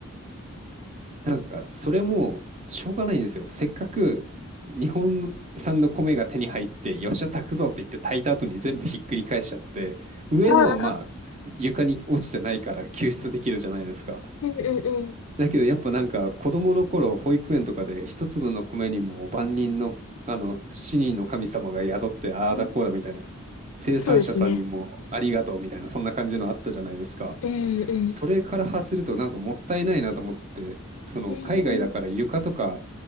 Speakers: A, on the right; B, on the left.
A: なんか、それも、しょうがないんですよ。せっかく、日本産の米が手に入って、よっしゃ、炊くぞって言って炊いた後に全部ひっくり返しちゃって、上のはまあ、
B: あ
A: 床に落ちてないから救出できるじゃないですか。
B: うんうんうん。
A: だけどやっぱなんか子供の頃保育園とかで一粒の米にも万人のあの死人の神様が宿ってああだこうだみたいな生産者さんにもありがとうみたいなそんな感じのあったじゃないですか
B: うんそうですね。うんうん。
A: それから発するとなんかもったいないなと思ってその海外だから床とか
B: うん。